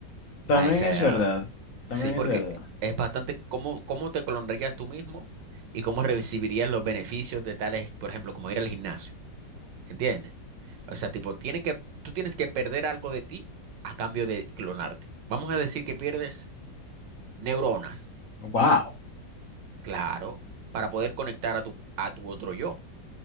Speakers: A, on the left; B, on the right.
A: también
B: a ese
A: es verdad, también
B: Sí, porque
A: es verdad.
B: es bastante cómo, cómo te clonarías tú mismo y cómo recibirías los beneficios de tales, por ejemplo, como ir al gimnasio, ¿entiendes? O sea, tipo, tiene que, tú tienes que perder algo de ti a cambio de clonarte. Vamos a decir que pierdes neuronas,
A: Wow,
B: claro, para poder conectar a tu, a tu otro yo,